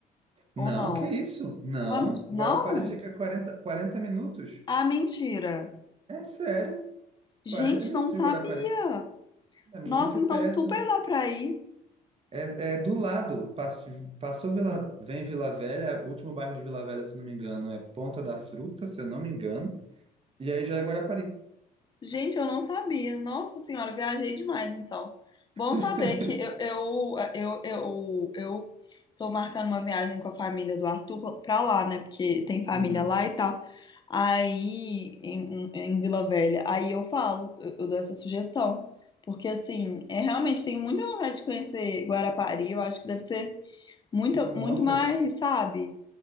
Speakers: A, on the right; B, on the left.
A: Não,
B: ou não?
A: que isso? Não.
B: Quanto? Não?
A: Guarapari fica 40, 40 minutos.
B: Ah, mentira.
A: É sério,
B: Gente,
A: Quarenta minutos
B: não sabia.
A: de Guarapari. É muito
B: Nossa, então
A: perto.
B: super dá pra ir.
A: É, é do lado. Passo- Passou, Vila, vem Vila Velha, é o último bairro de Vila Velha, se não me engano, é Ponta da Fruta, se eu não me engano. E aí já é Guarapari.
B: Gente, eu não sabia. Nossa senhora, viajei demais, então. Bom
A: <laughs>
B: saber que eu, eu, eu, eu, eu tô marcando uma viagem com a família do Arthur pra lá, né? Porque tem família
A: Uhum.
B: lá e tal. Aí, em, em em Vila Velha. Aí eu falo, eu, eu dou essa sugestão. Porque, assim, é, realmente tenho muita vontade de conhecer Guarapari. Eu acho que deve ser muito,
A: Nossa,
B: muito mais, sabe?